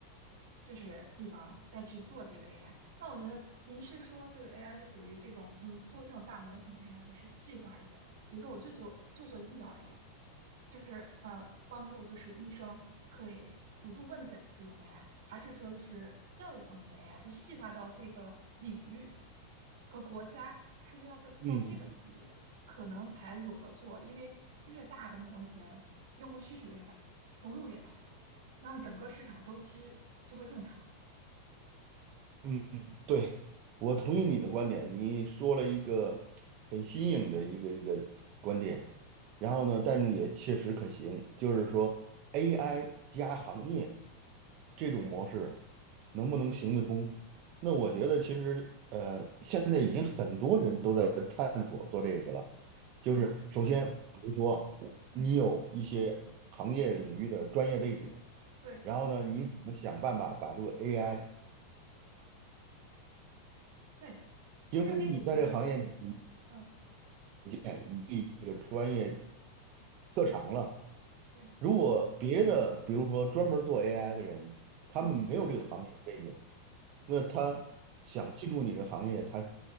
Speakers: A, on the right (about 75°); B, on the right (about 40°).
A: 就是地方再去做这个 AI。那我觉得您是说这个 AI 是属于这种，嗯，做这种大模型 AI 还是细化一点的？比如说我就做就做医疗 AI，就是呃帮助就是医生可以辅助问诊的这种 AI，还是说就是教育方面的 AI，就细化到这个领域和国家，是不是要到到这个级别可能才有的做？
B: 嗯
A: 因为越大的模型，用户需求越大，投入越大，那么整个市场周期就会更长。
B: 嗯，嗯，对，我同意你的观点。你说了一个很新颖的一个一个观点，然后呢，但也切实可行，就是说 AI 加行业这种模式能不能行得通？
A: 对，
B: 那我觉得其实呃，现在已经很多人都在探索做这个了。就是首先，
A: 是的，
B: 比如说我你有一些行业领域的专业背景，
A: 嗯，对
B: 然后呢，你怎么想办法把这个 AI？
A: 对，其实跟以前，
B: 因为你在这个行业里你
A: 嗯，
B: 经验以及这个专业
A: 对
B: 特长了。
A: 对对，
B: 如果别的，比如说专门做 AI 的人，他们没有这个行业的背景，
A: 嗯，
B: 那他想进入你这个行业，
A: 是，
B: 他